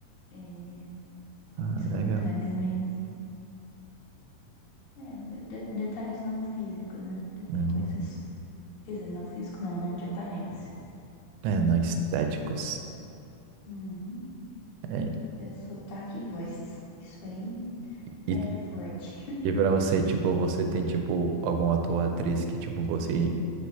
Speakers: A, on the left; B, on the right.
A: é,
B: Ah,
A: são
B: legal.
A: detalhes meio. É, de- detalhes não físicos, né? De-
B: Uhum.
A: coisas. Quer dizer, não físico, não, não de aparência.
B: É, não estéticos.
A: Uhum.
B: É,
A: É sotaque e voz. Isso aí
B: E,
A: pega forte. <laughs>
B: e pra você, tipo, você tem, tipo, algum ator ou atriz que, tipo, você